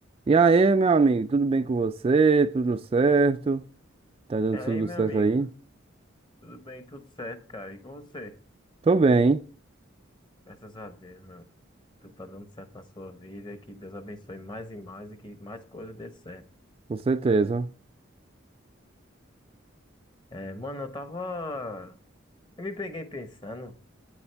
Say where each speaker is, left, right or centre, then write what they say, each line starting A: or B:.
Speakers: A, on the right; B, on the left.
A: E aí, meu amigo, tudo bem com você? Tudo certo? Tá dando
B: E aí,
A: tudo
B: meu
A: certo
B: amigo?
A: aí?
B: Tudo bem, tudo certo, cara? E com você?
A: Tô bem,
B: Graças a Deus, meu. Tudo tá dando certo na sua vida. Que Deus abençoe mais e mais e que mais coisas dê certo.
A: com certeza.
B: É, mano, eu tava. Eu me peguei pensando